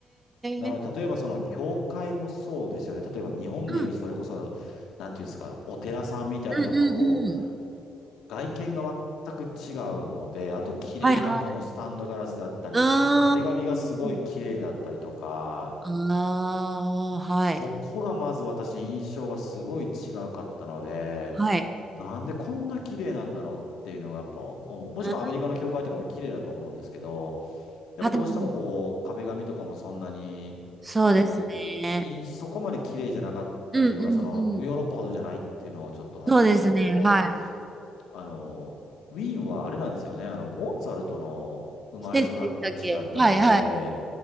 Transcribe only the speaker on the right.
え。
うん。
うんうんうん。
はいはい。うーん。
ああ、はい。
はい。
うん。
あ、でも、
そうですね。
うんうんうん。
そうですね、はい。
聖地でしたっけはいはい。